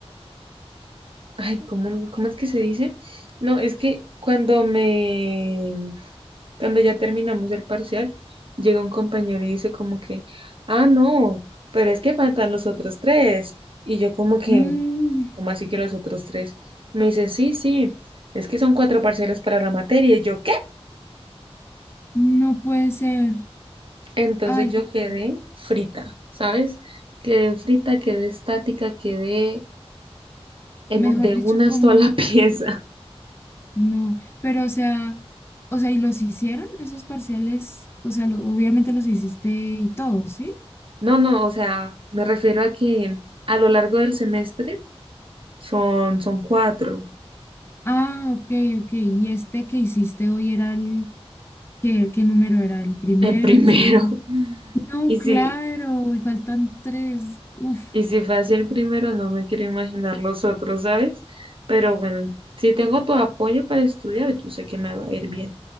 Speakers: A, on the right (about 55°); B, on the left (about 20°).
A: ay, ¿cómo, cómo es que se dice? No, es que cuando me, cuando ya terminamos el parcial, llega un compañero y dice como que, ah, no, pero es que faltan los otros tres, y yo como que...
B: Mm,
A: como así que los otros tres? Me dice, sí, sí, es que son cuatro parcelas para la materia. Y yo, ¿qué?
B: no puede ser,
A: Entonces
B: ay,
A: yo
B: joder,
A: quedé frita, ¿sabes? Quedé frita, quedé estática, quedé en,
B: mejor
A: un- de
B: dicho,
A: una
B: como
A: sola <laughs> pieza.
B: no, pero o sea, o sea, ¿y los hicieron esos parciales? O sea, lo- obviamente los hiciste y todo, ¿sí?
A: No, no, o sea, me refiero a que a lo largo del semestre son, son cuatro.
B: Ah, ok, ok, y este que hiciste hoy era el, ¿qué, qué número era? ¿El primero,
A: El primero.
B: el segundo?
A: <laughs>
B: No,
A: Y
B: claro,
A: si,
B: y faltan tres. Uf,
A: y si fue así el primero, no me quiero imaginar los otros, ¿sabes? Pero bueno, si tengo tu apoyo para estudiar, yo sé que me va a ir bien.